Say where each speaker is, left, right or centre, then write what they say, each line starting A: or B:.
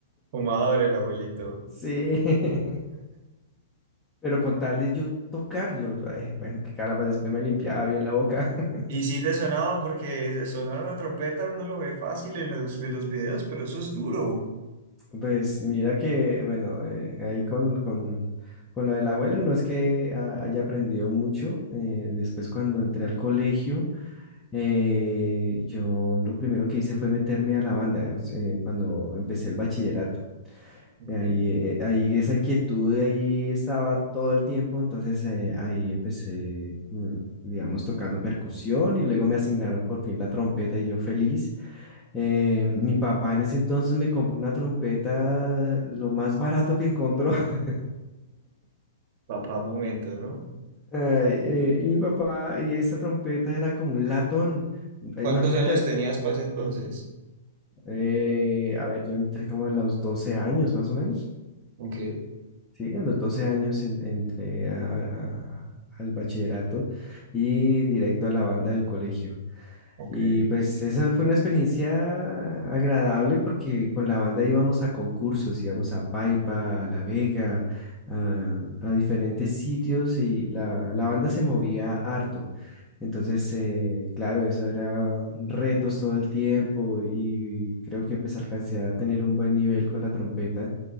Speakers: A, on the right (about 50°); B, on the left (about 20°).
A: Fumador el abuelito.
B: Sí, <laughs> pero con tal de yo tocar, yo, eh, bueno, qué caramba, después me limpiaba bien la boca. <laughs>
A: Y sí te sonaba porque sonar una trompeta uno lo ve fácil en los, en los videos, pero eso es duro.
B: Pues mira que, bueno, eh, ahí con, con, con lo del abuelo, no es que ah, haya aprendido mucho. eh, después cuando entré al colegio, eh, yo lo primero que hice fue meterme a la banda, o sea, eh, cuando empecé el bachillerato.
A: Ok,
B: Ahí, eh, ahí esa inquietud ahí estaba todo el tiempo, entonces eh, ahí empecé, mm, digamos, tocando percusión y luego me asignaron por fin la trompeta y yo feliz. Eh, mi papá en ese entonces me compró una trompeta lo más barato que encontró. <laughs>
A: Papá, momento, ¿no?
B: Ay, eh, y mi papá, y esa trompeta era como un latón. Eh,
A: ¿Cuántos
B: Imagínate,
A: años tenías para ese entonces?
B: eh, a ver, yo entré como a los 12 años más o menos.
A: ok,
B: Sí, a los 12 años en- entré a- a- a- al bachillerato y directo a la banda del colegio.
A: ok,
B: Y pues esa fue una experiencia agradable porque con la banda íbamos a concursos, íbamos a Paipa, a La Vega, a, a diferentes sitios y la, la banda se movía harto. Entonces, eh, claro, eso era retos todo el tiempo y creo que pues alcancé a tener un buen nivel con la trompeta